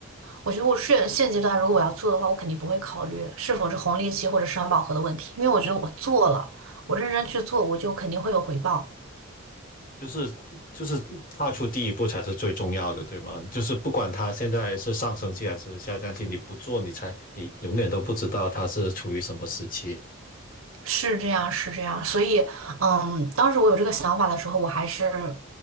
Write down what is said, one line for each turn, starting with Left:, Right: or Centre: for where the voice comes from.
Right: 我觉得我现现阶段如果我要做的话，我肯定不会考虑是否是红利期或者市场饱和的问题，因为我觉得我做了，我认真去做，我就肯定会有回报。
Left: 就是就是踏出第一步才是最重要的，对吗？就是不管它现在是上升期还是下降期，你不做，你才你永远都不知道它是处于什么时期。
Right: 是这样，是这样，所以，嗯，当时我有这个想法的时候，我还是